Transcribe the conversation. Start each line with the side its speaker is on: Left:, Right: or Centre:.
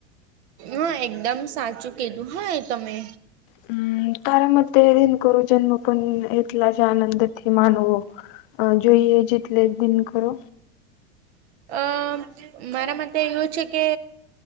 Right: હા એકદમ સાચું કીધું હા તમે
Left: હમ તારા મતે દિન કરું જન્મ પણ એલા જ આનંદથીથી માનવો જોઈએ જેટલે એક દિન કરો
Right: અ મારા માટે એવું છે કે